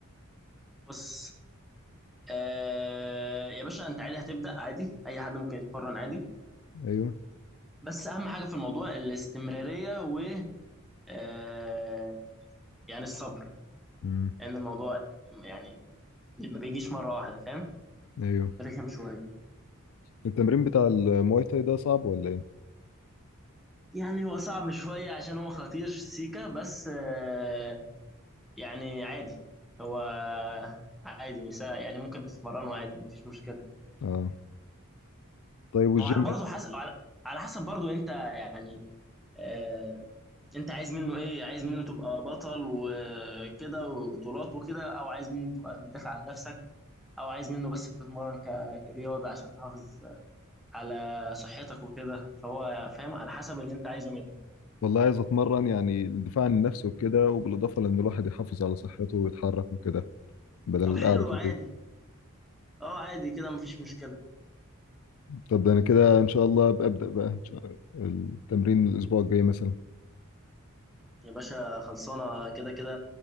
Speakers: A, in the centre; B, on the left (about 70°).
A: <laughs> بص آه يا باشا انت عادي هتبدأ عادي اي حد ممكن يتمرن عادي
B: ايوه
A: بس اهم حاجة في الموضوع الاستمرارية و آه يعني الصبر
B: امم
A: لان الموضوع يعني ما بيجيش مرة واحدة فاهم
B: ايوه
A: رخم شوية
B: التمرين بتاع المواي تاي ده صعب ولا ايه
A: يعني هو صعب شوية عشان هو خطير سيكا بس آه يعني عادي هو عادي سا- يعني ممكن تتمرنه عادي مفيش مشكلة
B: اه طيب والجيم
A: ما هو على برضه حسب على على حسب برضه انت يعني آه، انت عايز منه ايه عايز منه تبقى بطل وكده وبطولات وكده او عايز منه تبقى بتدافع عن نفسك او عايز منه بس بتتمرن ك- كرياضة عشان تحافظ على صحتك وكده فهو فاهم على حسب اللي انت عايزه منه
B: والله عايز اتمرن يعني الدفاع عن النفس وكده وبالاضافه لان الواحد يحافظ على صحته ويتحرك وكده بدل
A: طب حلو
B: القعده في
A: عادي
B: البيت
A: اه عادي كده مفيش مشكلة
B: طب ده انا كده ان شاء الله ببدا بقى إن شاء التمرين الاسبوع الجاي مثلا
A: يا باشا خلصانة كده كده